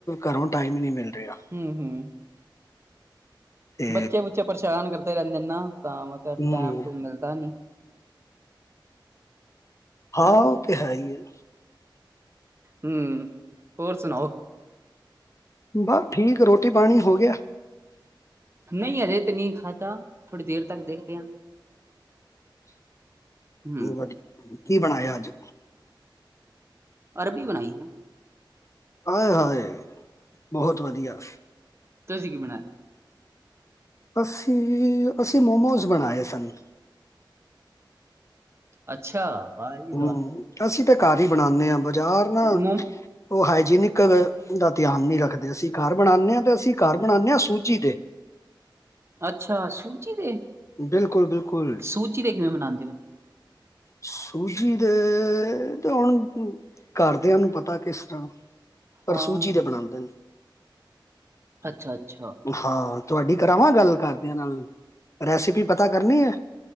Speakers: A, on the left; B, on the right.
A: ਘਰੋਂ ਟਾਈਮ ਨੀ ਮਿਲ ਰਿਆ।
B: ਹੂੰ ਹੂੰ
A: ਤੇ
B: ਬੱਚੇ, ਬੁਚੇ ਪਰੇਸ਼ਾਨ ਕਰਦੇ ਰਹਿੰਦੇ ਨੇ ਨਾ, ਤਾਂ ਮੈਂ ਕਿਹਾ
A: ਹਮ,
B: ਟੈਮ ਟੂਮ ਮਿਲਦਾ ਨੀ
A: ਹਾਂ, ਉਹ ਤੇ ਹੈਈ ਐ।
B: ਹੂੰ, ਹੋਰ ਸੁਣਾਓ?
A: ਬਾ ਠੀਕ ਰੋਟੀ ਪਾਣੀ ਹੋ ਗਿਆ।
B: ਨਈ ਹਜੇ ਤੇ ਨੀ ਖਾਦਾ, ਥੋੜੀ ਦੇਰ ਤੱਕ ਦੇਖਦੇ ਆ ਹਮ
A: <unintelligible> ਕੀ ਬਣਾਇਆ ਅੱਜ?
B: ਅਰਬੀ ਬਣਾਈ।
A: ਆਏ ਹਾਏ, ਬਹੁਤ ਵਧੀਆ।
B: ਤੁਸੀਂ ਕੀ ਬਣਾਇਆ?
A: ਅਸੀਂ-ਅਸੀਂ, ਮੋਮੋਜ ਬਣਾਏ ਸਨ।
B: ਅੱਛਾ, ਵਾਹ ਜੀ
A: ਹੂੰ,
B: ਵਾਹ
A: ਅਸੀਂ ਤੇ ਘਰ ਈ ਬਣਾਨੇ ਆ ਬਾਜ਼ਾਰ ਨਾ
B: ਮ
A: ਓ, ਹਾਈਜੀਨਿਕ ਦਾ ਧਿਆਨ ਨੀ ਰੱਖਦੇ, ਅਸੀਂ ਘਰ ਬਣਾਨੇ ਆ, ਤੇ ਅਸੀਂ ਘਰ ਬਣਾਨੇ ਆ, ਸੂਜੀ ਦੇ
B: ਅੱਛਾ, ਸੂਜੀ ਦੇ!
A: ਬਿਲਕੁਲ-ਬਿਲਕੁਲ।
B: ਸੂਜੀ ਦੇ ਕਿਵੇਂ ਬਨਾਦੇ ਓ?
A: ਸੂਜੀ ਦੇ ਤੇ ਹੁਣ ਘਰਦਿਆਂ ਨੂੰ ਪਤਾ ਕਿਸ ਤਰ੍ਹਾਂ। ਪਰ
B: ਹਾਂ
A: ਸੂਜੀ ਦੇ ਬਣਾਂਦੇ ਨੇ।
B: ਅੱਛਾ-ਅੱਛਾ।
A: ਹਾਂ, ਤੁਹਾਡੀ ਕਰਾਵਾਂ ਗੱਲ ਘਰਦਿਆਂ ਨਾਲ, ਰੈਸਪੀ ਪਤਾ ਕਰਨੀ ਐ?